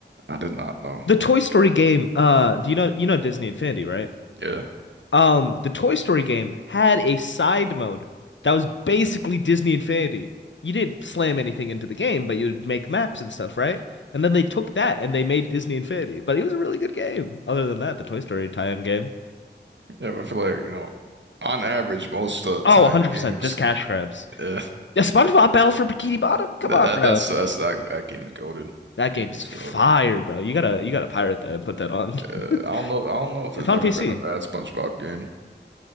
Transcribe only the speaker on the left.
The Toy Story game, uh do you know you know Disney Infinity, right?
Um, the Toy Story game had a side mode that was basically Disney Infinity. You didn't slam anything into the game, but you'd make maps and stuff, right? And then they took that and they made Disney Infinity. But it was a really good game. Other than that, the Toy Story tie-in game.
Oh,
100%,
just cash grabs.
Yeah, SpongeBob Battle for Bikini Bottom. Come
on,
bro.
That
game's
fire,
bro. You gotta you gotta pirate that and put that on.
<laughs>
It's
on
PC.